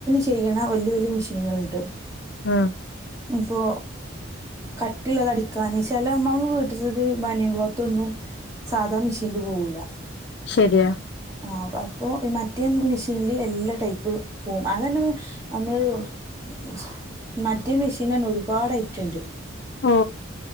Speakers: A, on the right; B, on the left.
A: ചെയ മെഷീനുകള ഉണ്ട്
B: ആഹ
A: ഇപ്പോ കട്ടുള്ളത് അടിക്കാന് ചില അമ്മമാ വീട്ട മനിയം ലോത്തൊന്നും സാധാ നിഷ കരുവോല
B: ശരിയാ
A: ആ അപ്പോൾ മറ്റേ മെഷീനിൽ എല്ലാ ടൈപ്പ് പോകും അത തന്നെ നമ്മള് <unintelligible> മറ്റ മെഷീന തന്ന ഒരുപാട് ഐറ്റുണ്ട്
B: ഓ